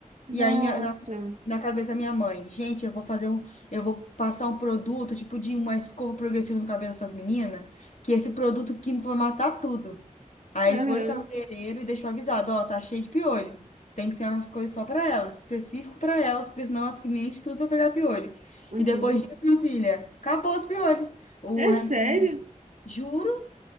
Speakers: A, on the left; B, on the right.
A: E
B: Nossa.
A: aí minha- na, na cabeça da minha mãe, gente, eu vou fazer um. Eu vou passar um produto, tipo de uma escova progressiva no cabelo dessas meninas, que esse produto químico vai matar tudo. Aí
B: Aham,
A: foi no cabeleireiro e deixou avisado, ó, tá cheio de piolho. Tem que ser umas coisas só pra elas, específico pra elas, porque senão as clientes tudo vai pegar piolho.
B: aham.
A: E depois disso, minha filha, acabou os piolhos. O,
B: É
A: rem-
B: sério?
A: o- juro,